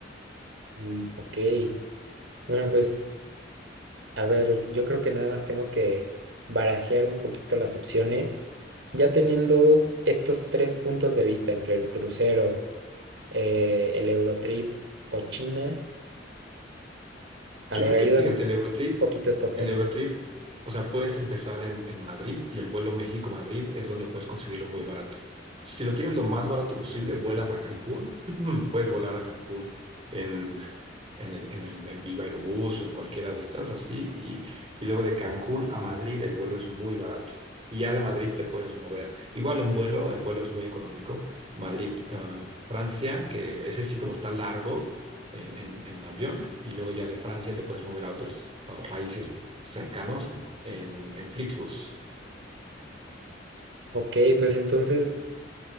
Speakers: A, on the right; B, on the right.
A: Mm, ok, bueno, pues a ver, yo creo que nada más tengo que barajear un poquito las opciones, ya teniendo estos tres puntos de vista entre el crucero, eh, el Eurotrip o China, a
B: Yo
A: ver,
B: creo
A: ayúdame
B: que, fíjate,
A: un
B: el Eurotrip,
A: poquito a escoger.
B: el Eurotrip, o sea, puedes empezar en, en Madrid y el vuelo México-Madrid es donde puedes conseguirlo muy barato. Si lo quieres lo más barato posible, vuelas a Cancún, <clears throat> puedes volar a Cancún en en el, en el en Viva Aerobús o en cualquiera de estas así. Y, y luego de Cancún a Madrid el vuelo es muy barato. Y ya de Madrid te puedes mover. Igual en vuelo, en vuelo es muy económico. Madrid, ah, Francia, que ese sí como está largo en, en- en avión. Y luego ya de Francia te puedes mover a otros ah, países cercanos en, en Flixbus.
A: Ok, pues entonces...